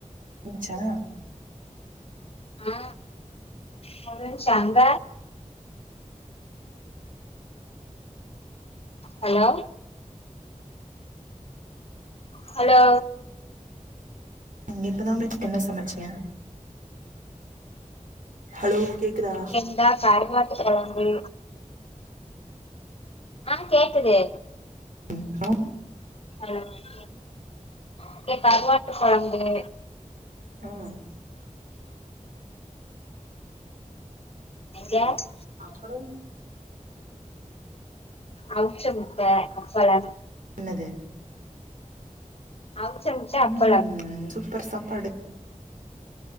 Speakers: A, on the right; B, on the left.
A: ஞ்ச்சா
B: ஆ முடிஞ்சங்க ஹலோ ஹலோ
A: நீ இப்பதா என்ன சமைச்சிங்க ஹலோ கேக்குதா
B: இல்ல இந்த கருவாட் டு கொழம்பு ஆ கேக்குது
A: ம் கனா
B: ஹலோ கேக் இங்க கருவாட்டு கொழம்பு <inaudible>
A: ம்
B: கேஸ்
A: அப்படம்
B: அவுச்ச முட்ட அப்பளம்
A: இன்னது
B: அவுச்ச முட்ட அப்பளம்
A: ம் சூப்பர் சாப்பாடு